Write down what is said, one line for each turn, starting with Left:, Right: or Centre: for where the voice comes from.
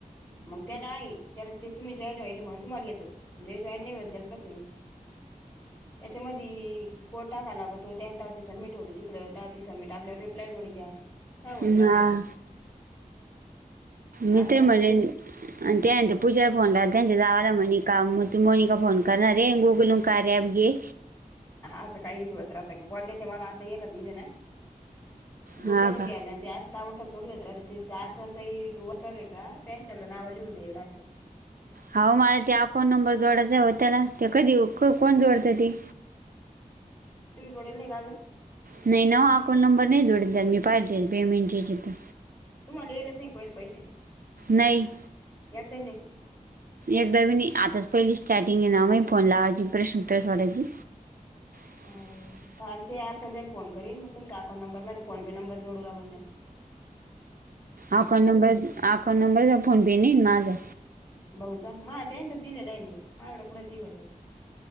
Left: मग त्याला आहे त्याला ते तुम्ही जॉईन व्हायलय म्हणून तुम्हाला येतं जे जॉईन नाही होईल त्याला कसं येईल? त्याच्या मदी कोड टाकावा लागतो त्यानंतर सबमिट होत तिकडं तवा ते सबमिट आपल्याला रिप्लाय जोडी त्या त्या होत
Right: हां
Left: राहतो
Right: मि
Left: अचानक
Right: तर म्हणेन
Left: असं
Right: आणि त्यानंतर पूजाला फोन ला त्यांच्या जावाला मनिका मोनिका फोन करणारे गुगल कार्या अँप घे
Left: असं काही नाही होत राहते बोलले ते मला आता येल दि ना गुगलून
Right: हा का
Left: घ्यायला लागते ना ते अँप आ टा तथोडीदत ते चारज ओरक का त्यांॅचल नावल्ली एल रा
Right: हो मला ते अकाउंट नंबर जोडायचा आहे होत त्याला ते कधी कोण जोडतं ते
Left: तुम थोडे ले कााल
Right: नाही नवा अकाऊंट नंबर नाही जोडेल त्या मी पाहिजेईल पेमेंट याचीिथं
Left: तुम्हाला येईच नाही पहिल पैसे
Right: नाही
Left: एकदम नाही
Right: एकदा ब आताच पहिली स्टार्टिंग आहे ना माग फोन लावायची प्रश्न प्रस वाटायची ह
Left: अरे ते यार सल फोन करन मग तुमचा अकाउं नंर फो पे नंबर जोडू लागून द्याल
Right: अकाउंट नंबर अकाउंट नंबरच फोनपे नाही माझं
Left: भाऊचा म त्यांच दिलेलं आहे मी मा एवढं कुठं दिवत